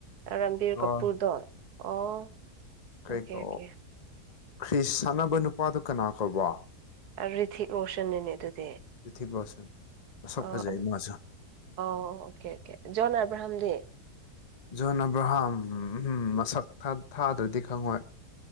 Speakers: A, on the right (about 80°); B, on the left (about 30°).
A: ꯔꯝꯕꯤꯔ ꯀꯄꯨꯔꯗꯣ
B: ꯑꯥ
A: ꯑꯣ
B: ꯀꯩ
A: ꯑꯣꯀꯦ
B: ꯀ
A: ꯑꯣꯀꯦ
B: ꯈ꯭ꯔꯤꯁ ꯁꯥꯟꯅꯕ ꯅꯨꯄꯥꯗꯨ ꯀꯅꯥ ꯀꯧꯕ
A: ꯔꯤꯊꯤꯛ ꯃꯣꯁꯟꯅꯦꯅꯦ ꯑꯗꯨꯗꯤ
B: ꯊꯛ ꯂꯣꯁ ꯅ ꯁꯛ
A: ꯑꯣ
B: ꯐꯖ ꯍꯥꯏ
A: ꯑꯗꯨ
B: ꯃꯖ
A: ꯑꯣ ꯑꯣꯀꯦ ꯑꯣꯀꯦ ꯖꯣꯟ ꯑꯦꯕ꯭ꯔꯥꯍꯥꯝ ꯗ
B: ꯖꯣꯟ ꯑꯕ꯭ꯔꯍꯥꯝ ꯃꯁꯛ ꯊꯥꯗ꯭ꯔꯗꯤ ꯈꯪꯉꯣꯏ